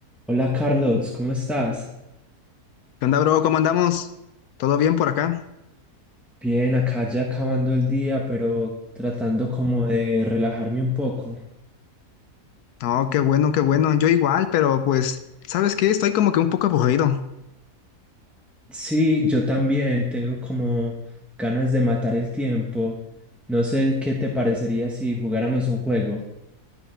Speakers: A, in the centre; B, on the left (about 80°).
A: Hola Carlos, ¿cómo estás?
B: ¿Qué onda, bro? ¿Cómo andamos? ¿Todo bien por acá?
A: Bien, acá ya acabando el día, pero tratando como de relajarme un poco.
B: Oh, qué bueno, qué bueno. Yo igual, pero pues, ¿sabes qué? Estoy como que un poco aburrido.
A: Sí, yo también tengo como ganas de matar el tiempo. No sé qué te parecería si jugáramos un juego.